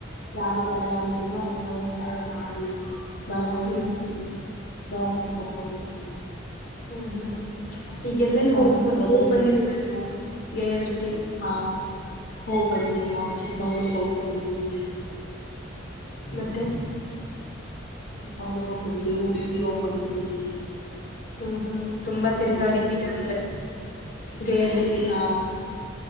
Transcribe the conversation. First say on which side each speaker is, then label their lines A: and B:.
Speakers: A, on the left; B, on the left.
A: ಯಾರು ಬರಲ್ಲ ಅಂದ್ರನು ಅವರನಾ ಒತ್ತಾಯ ಮಾಡಿ. ಮನವಲಿಸಿ
B: ಹ್ಮ್
A: ಪ್ರವಾಸ ಕರ್ಕೊಂಡು ಹೋಗ್ತೀವಿ.
B: ಹ್ಮ್ ಹ್ಮ್ ಹ್ ಈಗ ಎಲ್ಲೆಲ್ಲಿ
A: ಪ್ರವಾಸಕ್ಕೆ
B: ಹೋಗ್
A: ಹೋದಲೆಲ್ಲ
B: ಹೋಗ್ ಬಂದಿದ್ದೀರಾ ನೀವು ಗೆಳೆಯರ ಜೊತಿ.
A: ಹಾ ಹೋಗ್ ಬಂದಿದ್ದೀವಿ ನಾವು ಚಿಕ್ಕಮಗಂಳೂರು ಹೋಗಿ ಬಂದಿದ್ದೀವಿ.
B: ಮತ್ತೆ.
A: ಚಿಕ್ಕಮಗಂಳೂರ ಹೊಗಬಂದ್ದಿದಿವಿ ಉಡುಪಿ ಹೊಗಬಂದ್ದಿದಿವಿ
B: ಹ್ಮ್ ಹ್ಮ್ ತುಂಬಾ ತಿರ್ಗಾಡಿದೀರ
A: ಬಂದಿದ್ದೀವಿ
B: ಅಂದ್ರೆ ಗೇಳಯರ ಜೊತಿ.
A: ಹಾ